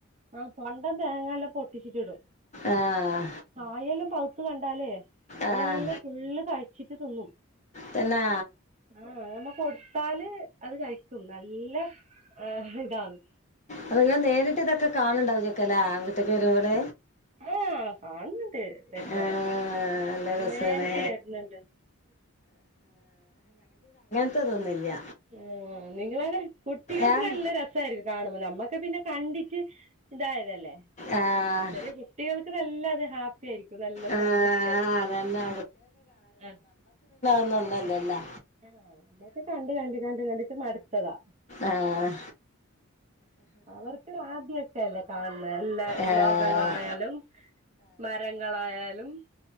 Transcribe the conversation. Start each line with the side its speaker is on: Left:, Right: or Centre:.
Right: ആ കൊണ്ടം തേങ്ങല്ലം പൊട്ടിച്ചിട്ടിടും
Left: ആഹ്
Right: കായെല്ലം പൗത്ത് കൺ ട്ടാലേ. അതെല്ലം
Left: ആഹ്
Right: ഫുള്ള് കഴ്ച്ചിട്ട് ത് ന്നും.
Left: തന്നാ
Right: ആ അമ്മ കൊട് ത്താല് അത് കഴിക്കും. ന്നല്ല ഹ് <inaudible> ഇതാന്ന്.
Left: അത് ഇങ്ങള് നേര്ട്ട് ഇതൊക്കെ കാണ് ണ്ടാവെകുലെ വീട്ട്ക്ക് വരുമ്പള്.
Right: ആ കാണ്ന്ന്ണ്ട് വെരുമ്പൊ
Left: ആഹ്
Right: എല്ലാ
Left: നല്ല രസാണ്
Right: ന്നേര്ട്ട് വെര്ന്ന്ണ്ട്
Left: ത്ത തൊന്നുല്ല്യ
Right: ആ നിങ്ങളടെ കുട്ടികൾക്ക്
Left: ഏഹ്
Right: ന്നല്ല രസായ്ര്ക്ക് കാണുമ്പാ ന്നമ്മക്ക് പിന്നെ കണ്ടിട്ട് ഇതായതല്ലേ
Left: ആഹ്
Right: ചെറിയ കുട്ടികക്ക് നല്ല അത് ഹാപ്പി ആയിര്ക്കും നല്ല
Left: ആഹ്
Right: സന്തോഷ ആയിര്ക്കും
Left: അതന്നെ
Right: ആ
Left: ന്ന്ഒന്നല്ലല്ല
Right: ആ കണ്ട് കണ്ട് കണ്ട് കണ്ട്ട്ട് മട്ത്തതാ
Left: ആഹ്
Right: അവർക്ക് ആദ്യ ഒക്കെ അല്ലേ കാണ് ണെ എല്ലാ
Left: ആഹ് ആഹ്
Right: ലോകങ്ങളായാലും മരങ്ങളായാലും